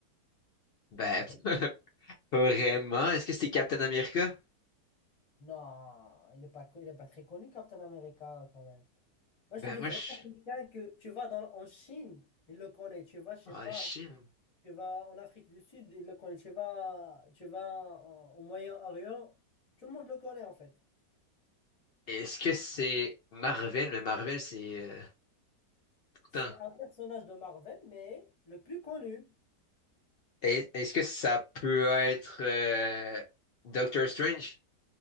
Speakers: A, on the left; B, on the left.
A: Ben, <laughs> pas vraiment. Est-ce que c'est Captain America?
B: Non, il est pas co- il est pas très connu Captain America quand même. Moi
A: Ben
B: je te dis
A: moi,
B: vraiment
A: je...
B: quelqu'un que tu vas dans en Chine, il le connaît. Tu vas, je sais
A: Ah,
B: pas.
A: Chine.
B: Tu vas en Afrique du Sud, il le connaît. Tu vas, tu vas en- au Moyen-Orient, tout le monde le connaît en fait.
A: Est-ce que c'est Marvel? Mais Marvel, c'est... euh, Putain.
B: C'est un personnage de Marvel, mais le plus connu.
A: Est- Est-ce que ça peut être euh, Doctor Strange?